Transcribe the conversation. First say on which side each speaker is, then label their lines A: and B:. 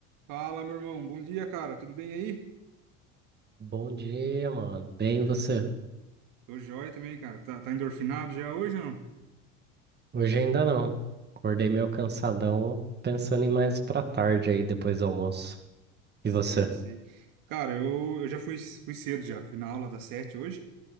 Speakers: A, on the right; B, on the right.
A: Fala, meu irmão. Bom dia, cara. Tudo bem aí?
B: Bom dia, mano. Bem, e você?
A: Tô joia também, cara. Tá, tá endorfinado já hoje ou não?
B: Hoje ainda não. Acordei meio cansadão, pensando em mais pra tarde aí, depois do almoço.
A: Sei,
B: E você?
A: sei. Cara, eu, eu já fui, fui cedo já. Fui na aula das sete hoje.